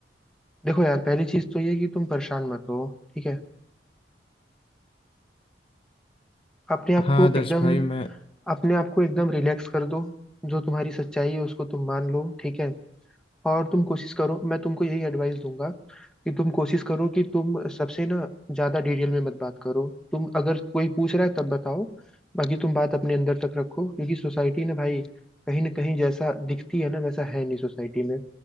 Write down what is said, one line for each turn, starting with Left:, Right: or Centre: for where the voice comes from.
Centre: देखो यार पहली चीज तो ये कि तुम परेशान मत हो ठीक है अपने आप
Left: हाँ
Centre: को
Left: आदर्श
Centre: एकदम
Left: भाई मैं
Centre: अपने आप को एकदम रिलैक्स कर दो जो तुम्हारी सच्चाई है उसको तुम मान लो ठीक है और तुम कोशिश करो मैं तुमको यही एडवाइस दूंगा कि तुम कोशिश करो कि तुम सबसे ना ज्यादा डिटेल में मत बात करो तुम अगर कोई पूछ रहा है तब बताओ बाकी तुम बात अपने अंदर तक रखो क्योंकि सोसाइटी ना भाई कहीं ना कहीं जैसा दिखती है ना वैसा है नहीं सोसाइटी में